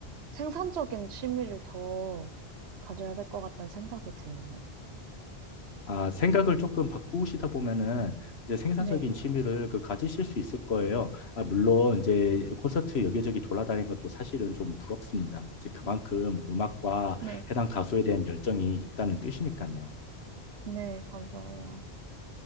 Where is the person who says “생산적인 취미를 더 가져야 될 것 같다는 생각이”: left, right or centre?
Right